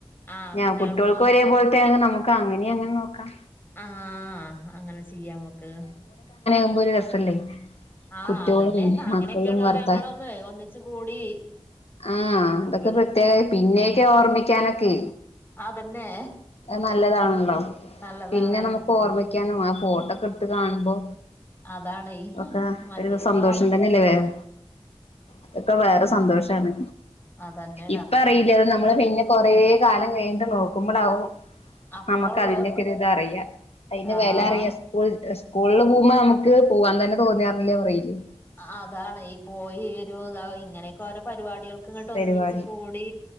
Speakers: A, on the left; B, on the left.
A: ആഹ്
B: ഞാ
A: കുട്ടികൾക്കും
B: കുട്ടികൾക്ക് ഒരേ പോലത്തെ ആണെങ്കിൽ നമുക്ക് അങ്ങനയെ അങ്ങ് നോക്കാം
A: ആഹ് അങ്ങനെ ചെയ്യാമക്ക്
B: മ്പോ, രസല്ലേ?
A: ആഹ്
B: കുട്ടികളും
A: അതന്നെ അങ്ങനെയൊക്കൊള്ളോലെ
B: മക്കളും ഭർത്താ
A: നമ്മളൊന്ന് ഒന്നിച്ച് കൂടി
B: ആഹ്‌,
A: അപ്പൊര്
B: തൊക്കെ പ്രത്യേക പിന്നെ ക്കെ ഓർമ്മിക്കാനൊക്കെ.
A: അതന്നെ
B: അഹ്, നല്ലതാൺല്ലോ?
A: നല്ലതാണ്
B: പിന്നെ നമുക്ക്
A: എന്തോ
B: ഓർമി.... ക്കനോ ആ, ഫോട്ടോ ഒക്കെ ടുത്ത് കാണുമ്പോ?
A: അതാണേ
B: ഒക്ക,
A: മറ്റേപ്പോ
B: ഒരു സന്തോഷം തന്നെയല്ലേ വേറെ അതൊക്ക വേറെ സന്തോഷാണ്.
A: അതന്നെ
B: ഇപ്പ അറീല്ല. അത് നമ്മള് പിന്നെ കൊറേ കാലം കഴിഞ്ഞിട്ട് നോക്കുമ്പളാവും.
A: അപ്പളള്ളൂ
B: നമുക്ക് അതിന്റെ ഒക്കെ ഇത് അറിയാ, അതിന്റെ
A: ആഹ്
B: വില അറിയാ. സ്കൂ സ്കൂളിൽ പോ മ്മ, നമക്ക് പോവാൻ തന്നെ തോന്നിയാറില്ല പറയില്യേ?
A: അ, ആഹ്, അതാണ്. ഈ പോയി വരു താ, ഇങ്ങനെയൊക്കെ ഓരോ പരിവാ ടികൾ. ക്കങ്ങട്ട്
B: പരിപാടി
A: ഒന്നിച്ച് കൂടി